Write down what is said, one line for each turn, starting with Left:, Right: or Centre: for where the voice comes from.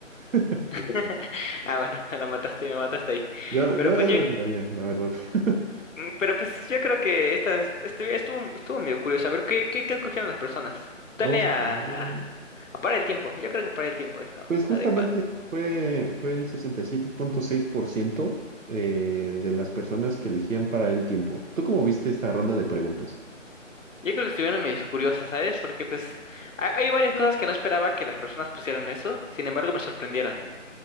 Right: <laughs>
Left: <laughs> Ah, bueno, <laughs> la mataste, me mataste ahí.
Right: Yo,
Left: Pero
Right: yo
Left: pues
Right: eso
Left: yo,
Right: lo que haría, la verdad. <laughs>
Left: Mm, Pero pues yo creo que esta est- estuvo, estuvo, estuvo medio curioso. A ver, ¿qué, qué, qué escogieron las personas? Dale
Right: Vamos a
Left: a,
Right: poner-
Left: a parar el tiempo. Yo creo que parar el tiempo es lo,
Right: Pues
Left: lo
Right: justamente
Left: adecuado.
Right: fue, fue el 67.6% eh, de las personas que elegían para el tiempo. ¿Tú cómo viste esta ronda de preguntas?
Left: Yo creo que estuvieron medio curiosas, ¿sabes? Porque pues hay, hay varias cosas que no esperaba que las personas pusieran eso. Sin embargo, me sorprendieron.